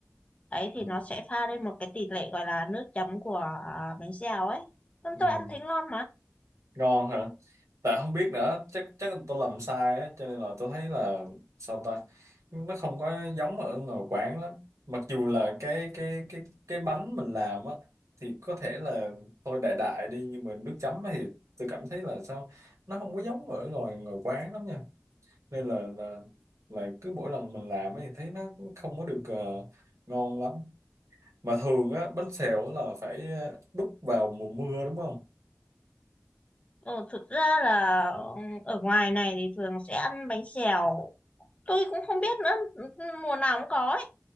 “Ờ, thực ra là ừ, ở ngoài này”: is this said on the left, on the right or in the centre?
Left